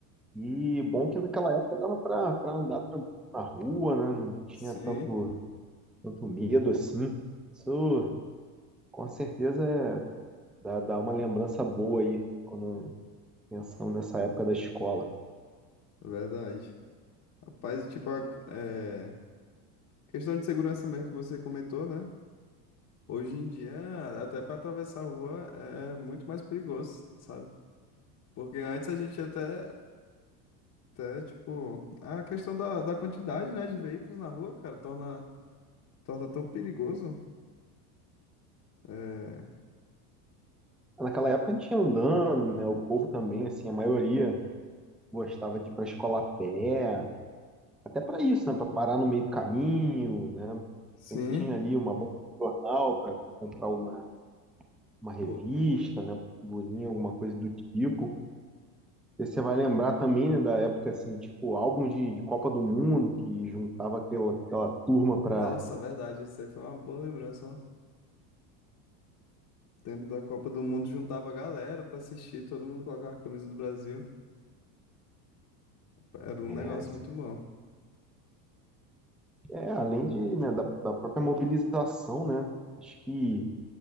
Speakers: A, in the centre; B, on the left (about 35°).
A: E bom que naquela época dava para para andar tranquilo na rua, né? Não tinha
B: Sim,
A: tanto tanto medo assim. Isso com certeza é- dá, dá uma lembrança boa aí quando pensando nessa época da escola.
B: é verdade. Rapaz, tipo, a- é, questão de segurança mesmo que você comentou, né? Hoje em dia, até pra atravessar a rua é muito mais perigoso, sabe? Porque antes a gente até Até, tipo, a questão da, da quantidade, né, de veículos na rua, cara, torna, torna tão perigoso. É,
A: Naquela época a gente ia andando, né? O povo também, assim, a maioria gostava de ir para a escola a pé, até para isso, né? Para parar no meio do caminho, né?
B: sim.
A: Sempre tinha ali uma banca de jornal para comprar uma, uma revista,
B: O-
A: né? Uma figurinha, alguma coisa do tipo. E você vai lembrar também, né, da época, assim, tipo, álbum de, de Copa do Mundo, que juntava aquela, aquela turma para.
B: Nossa, verdade, isso aí foi uma boa lembrança, ó. Tempo da Copa do Mundo juntava a galera pra assistir, todo mundo colocava a camisa do Brasil. Era um
A: É,
B: negócio muito bom.
A: é, além de, né, da, da própria mobilização, né? Acho que